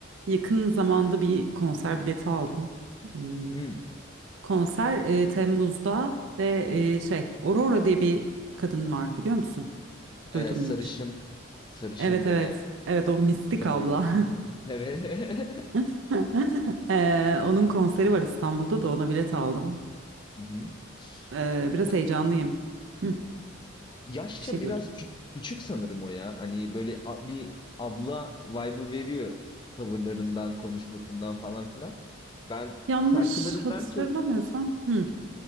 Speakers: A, on the right; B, on the left.
A: Yakın zamanda bir konser bileti aldım. Hmm,
B: Hmm
A: Konser e, Temmuz'da ve e, şey Aurora diye bir kadın var biliyor musun? Duydun
B: Eee, sarışın,
A: mu hiç?
B: sarışın
A: Evet
B: böyle
A: evet. Evet o mistik
B: kısa
A: abla.
B: boylu. <laughs> Evet.
A: <laughs> Ee, onun konseri var İstanbul'da da ona bilet aldım.
B: Hı hı.
A: Ee, biraz
B: Bir de
A: heyecanlıyım. Hı,
B: yaşça
A: bir şey
B: biraz
A: diyordum.
B: kü küçük sanırım o ya. Hani böyle a bir abla vibe'ı veriyor tavırlarından, konuşmasından falan filan. Ben
A: Yanlış
B: şarkılarından
A: hatırlamıyorsam.
B: çok
A: Hı.